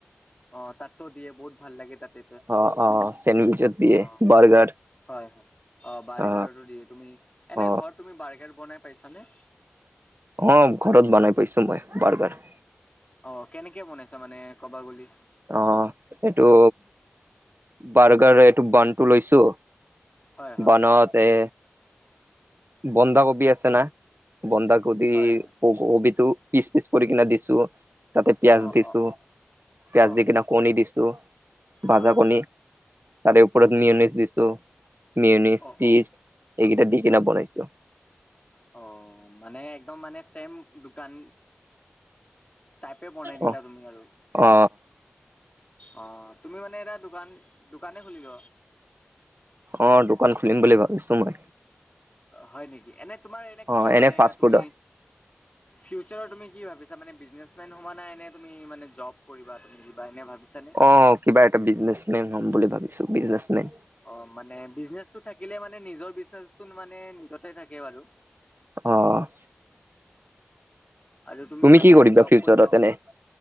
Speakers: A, on the left; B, on the right.
A: অ তাতো দিয়ে বহুত ভাল লাগে তাতে।
B: অ অ চেণ্ডউইচত দিয়ে
A: অঁ
B: বাৰ্গাৰ
A: হয় হয় অঁ বাৰ্গাৰতো
B: অ
A: দিয়ে তুমি। এনেই
B: অ
A: ঘৰত তুমি বাৰ্গাৰ বনাই পাইছানে।
B: অ ঘৰত বনাই পাইছো মই বাৰগাৰ।
A: অ কেনেকে বনাইছা মানে কবা বুলি।
B: অ এইটো বাৰ্গাৰ এইটো বানটো লৈছোঁ।
A: হয় হয়
B: বানত এ বন্ধাকবি আছে না বন্ধাকবি। কদি
A: হয় হয়
B: কবিটো পিচ পিচ কৰি কিনে দিছো তাতে পিয়াঁজ
A: অ
B: দিছো।
A: অ অ
B: পিয়াঁজ
A: অ
B: দি কিনে কণী দিছোঁ। ভাজা
A: হয়
B: কণী তাৰে ওপৰত মিয়নিচ দিছোঁ। মিয়নিচ
A: অ
B: চিজ
A: অ
B: এইকেইটা দি
A: উম,
B: কিনে বনাইছো।
A: অ মানে একদম মানে চেম দোকান। তাইপে বনাই দিলা
B: অ
A: তুমি আৰু।
B: অ
A: অ তুমি মানে এটা দোকান দোকানে খুলি ল।
B: অ', দোকান খুলিম বুলি ভাবিছোঁ মই।
A: হয় নেকি, এনে তোমাৰ এনে
B: অ
A: কি মানে
B: ফাষ্ট
A: তুমি।
B: ফুডৰ
A: ফিউচাৰ তুমি কি ভাবিছা মানে বিজনেচমেন হোৱা নাই নে তুমি মানে জব কৰিবা তুমি দিবা এনে ভাবিছা নে?
B: অ', অ', কিবা এটা বিজনেচমেন হম বুলি ভাবিছোঁ বিজনেচমেন।
A: অ', মানে বিজনেচটো থাকিলে মানে নিজৰ বিজনেচটোন মানে নিজতে থাকে বাৰু।
B: অ'।
A: আৰু তুমি মানে
B: কি
A: এনেই জব
B: ফিউচাৰত
A: কৰিবা।
B: এনে